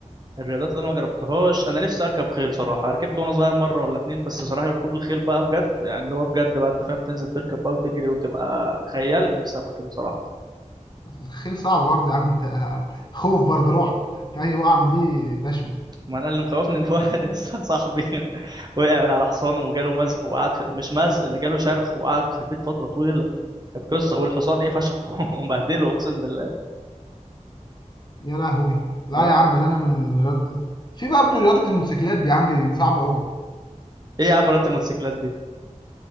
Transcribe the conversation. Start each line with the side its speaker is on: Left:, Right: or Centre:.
Right: الرياضات اللي انا ما جربتهاش انا نفسي اركب خيل صراحه ركبت وانا صغير مره ولا اتنين بس صراحه ركوب الخيل بقى بجد يعني اللي هو بجد بقى انت فاهم تنزل تركب بقى وتجري وتبقى خيال نفسي ابقى كده صراحه
Left: الخيل صعب برضه يا عم انت آه، خوف برضه رعب انت اي وقعه من دي دشمه
Right: ما انا اللي مخوفني ان في واحد <laughs> يا اسطى صاحبي <laughs> وقع من على حصان وجاله مزق وقعد في... مش مزق ده جاله شرخ وقعد في البيت فتره طويله كانت قصه والحصان ايه فشخ <laughs> ومبهدله اقسم بالله
Left: يا لهوي لا
Right: اه
Left: يا عم بل انا من الرياضه دي. في برضه رياضه الموتوسيكلات دي يا عم دي, دي صعبه قوي
Right: ايه يا عم رياضه الموتوسيكلات دي